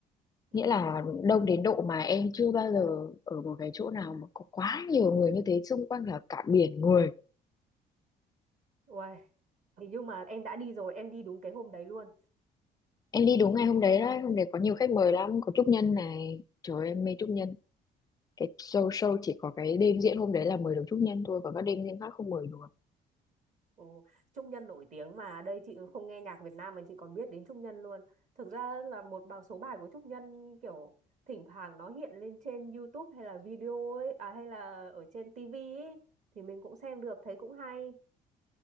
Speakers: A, on the right; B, on the left.
A: Ừ,
B: nghĩa là đông đến độ mà em chưa bao giờ ở một cái chỗ nào mà có quá nhiều người như thế xung quanh là cả biển người
A: uầy. Thì nhưng mà em đã đi rồi, em đi đúng cái hôm đấy luôn.
B: em đi đúng ngày hôm đấy đấy hôm đấy có nhiều khách mời lắm có Trúc Nhân này trời ơi, em mê Trúc Nhân cái show show chỉ có cái đêm diễn hôm đấy là mời được Trúc Nhân thôi còn các đêm diễn khác không mời được
A: Ồ, Trung Nhân nổi tiếng mà đây chị không nghe nhạc Việt Nam mà chị còn biết đến Trung Nhân luôn. Thực ra là một bài số bài của Trung Nhân kiểu thỉnh thoảng nó hiện lên trên YouTube hay là video ấy, à, hay là ở trên TV ấy thì mình cũng xem được, thấy cũng hay.